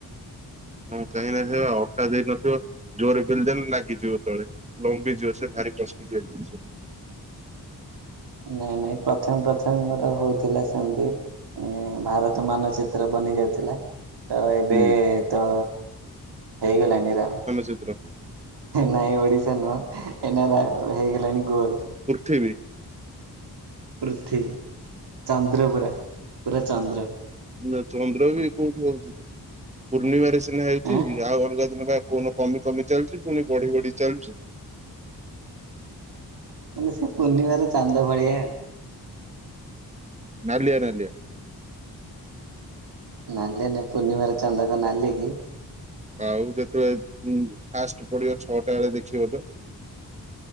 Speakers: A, on the right; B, on the right.
A: <inaudible> ଅଟା ଦେଇ ନଥିବ? ଜୋରରେ ପେଲିଦେଲେ ଲାଗିଯିବ ତଳେ ଲମ୍ବିଯିବ ସେ ଭାରି କଷ୍ଟିକିିଆ ଜିନିଷ।
B: ନାଇଁ ନାଇଁ ପ୍ରଥମେ ପ୍ରଥମେ ମୋର ହଉଥିଲା ସେମିତି ଇଁ ଭାରତ ମାନଚି ତ୍ର ବନି ଯାଉଥିଲା ତ ଏବେ
A: ହୁଁ
B: ତ ହେଇଗଲାଣିରା
A: ଚିତ୍ର?
B: ନାଇଁ ଓଡିଶା ନୁହଁ ଏଇନା ହେଇଗଲାଣି ଗୋଲ।
A: ପୃଥିବୀ।
B: ପୃଥିବୀ ଚନ୍ଦ୍ର ପୁରା ପୁରା ଚନ୍ଦ୍ର।
A: ନା ଚନ୍ଦ୍ର ବି କୋଉଠି ହଉଛି? ପୂର୍ଣ୍ଣିମାରେ ସିନା ହେଉଛି।
B: ଆଁ
A: ଆଉ ଅଲଗା ଦିନ କୋଉନ କମି କମି ଚାଲିଛି ପୁଣି ବଢି ବଢି ଚାଲୁଛି।
B: ମାନେ ସେ ପୂର୍ଣ୍ଣିମାର ଚାନ୍ଦ ଭଳିଆ ଆଉ।
A: ନାଲିଆ ନାଲିଆ।
B: ନାଲେ ନାଇଁ ପୂର୍ଣ୍ଣିମାର ଚାନ୍ଦ କଣ ନାଲି କି?
A: ଆଉ ଯେତେବେଳେ ଫାଷ୍ଟ ପଡିବ ଛଅଟା ବେଳେ ଦେଖିବ ତ।